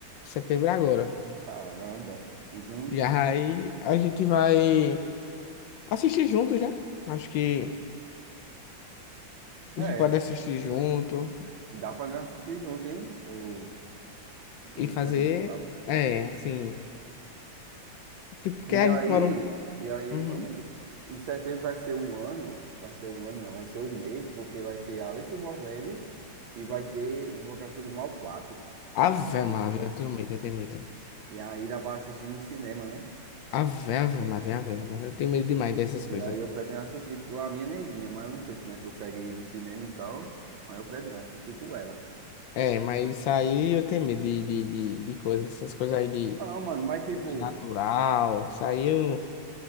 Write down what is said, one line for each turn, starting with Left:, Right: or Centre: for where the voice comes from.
Left: Setembro é agora.
Right: Caramba. Então,
Left: E aí a gente vai assistir juntos, né? Acho que
Right: é.
Left: a gente pode assistir junto
Right: Dá pra nós assistir junto, hein? O, um
Left: e fazer.
Right: transmissão.
Left: É, assim. Tipo, porque
Right: E
Left: a
Right: aí,
Left: gente mora. um-
Right: e aí,
Left: Uhum.
Right: só um minuto. E setembro vai ser o ano, vai ser o ano, não, vai ser o mês, porque vai ter Alice in Borderland e vai ter Invocação do Mal quatro
Left: Ave
Right: o
Left: Maria,
Right: último.
Left: eu tenho medo, eu tenho medo.
Right: E aí dá pra assistir no cinema, né?
Left: Ave, Ave Maria, Ave Maria. Eu tenho medo demais dessas
Right: E
Left: coisas.
Right: aí eu pretendo assistir com a minha neguinha, mas eu não sei se nós consegue ir no cinema e tal. Mas eu pretendo assistir com ela.
Left: É, mas isso aí eu tenho medo de, de, de, de coisas, essas coisas aí de.
Right: Ah, mano, mas tipo,
Left: Super natural. Saiu.